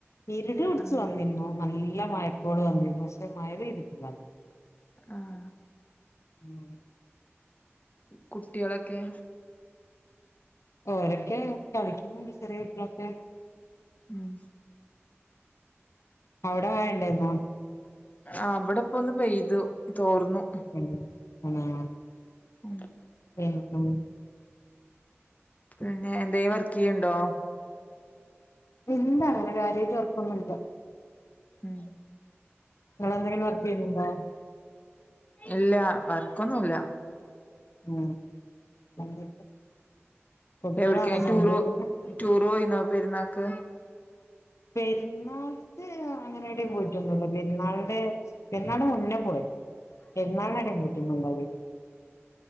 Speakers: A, on the left (about 80°); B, on the left (about 35°).
A: ഇരുട് പിടിച്ചു
B: ആഹ്
A: വന്നിരുന്നു നല്ല മഴക്കോള് വന്നിരുന്നു പക്ഷെ മഴ പെയ്ത്ട്ടില്ല.
B: ആഹ
A: മ്മ്.
B: കുട്ട്യാളൊക്കെ.
A: ഓരൊക്കെ കളിക്കുന്നുണ്ട് ചെറിയ കുട്ട്യാള്
B: ഉം
A: അവ്ടെ മഴണ്ടായിരുന്നോ?
B: ആ ഇവിടെപ്പോന്ന് പെയ്തു തോർന്നു.
A: ഹ്മ്മ് ആഹ്
B: <inaudible>
A: എനിക്കും
B: പിന്നെ എന്തേം വർക്ക് ചെയ്ണ്ടോ?
A: ഇല്ലാ അങ്ങനെ കാര്യമായിട്ട് വർക്കൊന്നുമില്ല.
B: ഉം
A: ഇങ്ങളെന്തെങ്കിലും വർക്ക് ചെയ്യുണ്ടോ.
B: ഇല്ല വർക്കൊന്നുല്ല.
A: ഉം. എന്തൊക്കെ കുട്ടികളാണോ
B: എവിട്കേം
A: സൗണ്ട്
B: ടൂർ
A: കേക്കുന്നെ
B: ടൂർ പോയിന്നോ പെരുന്നാക്ക്. ക്
A: പെരുന്നാൾക്ക് ഇഹ്‌ ആ. അങ്ങനെടയും പോയിട്ടൊന്നുമില്ല പെരുന്നാളിന് പെരുന്നാളിന്റെ മുന്നേ പോയി. പെരുന്നാളിനെവിടേം പോയിട്ടൊന്നുണ്ടാവിലെയ്‌